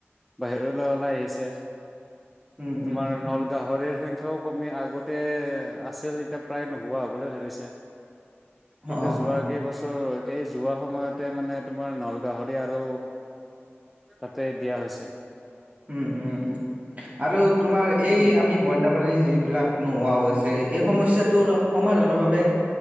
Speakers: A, in the centre; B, on the right (about 35°).
A: বাহিৰলৈ ওলাই আহিছে এক
B: উম,
A: তোমাৰ
B: উম,
A: নলগাহিৰৰ সংখ্যা ত কমি আগতে আছিল এতিয়া প্ৰায় নোহোৱা হ'বলৈ ধৰিছে
B: অ',
A: কিন্তু যোৱা
B: অ',
A: কেইবছৰ এই যোৱা সময়তে মানে তোমাৰ নলগাহৰি আৰু তাতে দিয়া হৈছে
B: উম উম আৰু তোমাৰ এই
A: উম
B: আমি বন্যপাণী যিবিলাক নোহোৱা হৈছে এই সমস্যা ত সমাধানৰ বাবে